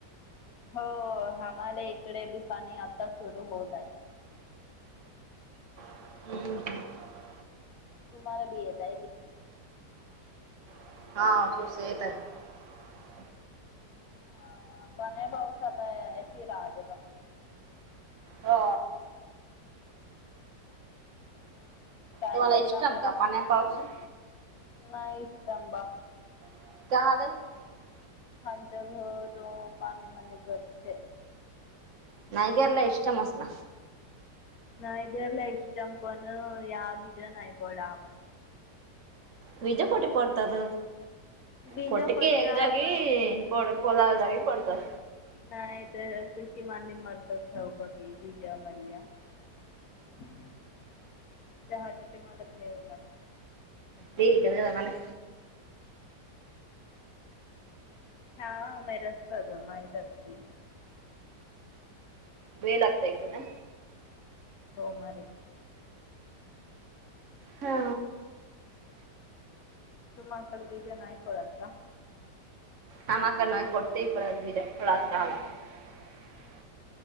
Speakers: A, on the left; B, on the right.
A: हो इकडे बी पाणी आता सुरू होत आहे
B: <inaudible>
A: तुम्हाला भी येत आहे
B: <unintelligible>
A: हा हा पण या पावसात ऐसी राहतेत
B: हो
A: हम्म, काय
B: तुम्हाला
A: करता
B: इष्टम
A: मारी
B: का पाण्या पावसं
A: नाही इष्टंबा
B: <unintelligible>
A: खलचे घर पाणीमध्ये गळते
B: नाही गरला इष्टम अस ना
A: नयगरला इष्टम पण या विज नाई पडावा
B: विज कोट पडतात
A: बीज
B: कोटके
A: पडल्या
B: एगागे
A: क
B: पडत ओलाव जागी पडतात
A: नाही तर कची मांडी मारतात ठेऊका काही विजा <unintelligible> चहाचे ते मलाच घेव लागते
B: ते <unintelligible>
A: <unintelligible>
B: वेळ लागतोय ग त्याला
A: हो मारीच
B: हा
A: तुम्हा आकड बीज नाय पडत का
B: आमा का नय कोतेे पडत बिज <unintelligible>